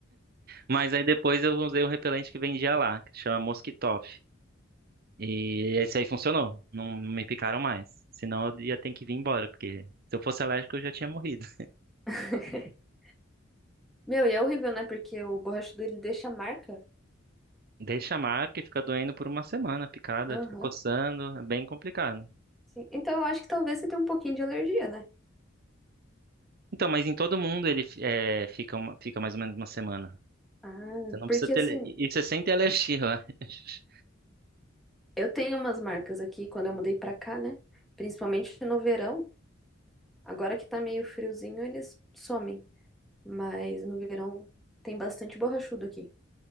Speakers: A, on the right; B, in the centre.
A: Mas aí depois eu usei um repelente que vendia lá, que chama Mosquitoff. E esse aí funcionou. Não, não me picaram mais. Senão eu ia ter que vir embora, porque se eu fosse alérgico eu já tinha morrido.
B: <laughs> Meu, e é horrível, né? Porque o borrachudo ele deixa marca.
A: <laughs> Deixa a marca e fica doendo por uma semana, a picada,
B: Aham.
A: fica coçando, é bem complicado.
B: Sim. Então eu acho que talvez você tenha um pouquinho de alergia, né?
A: Então, mas em todo mundo ele é, fica, uma- fica mais ou menos uma semana.
B: Ah,
A: Você não
B: porque
A: precisa ter.
B: assim,
A: E e você sente alergia, <laughs> eu acho.
B: Eu tenho umas marcas aqui quando eu mudei pra cá, né? Principalmente no verão. Agora que tá meio friozinho, eles somem. Mas no verão tem bastante borrachudo aqui.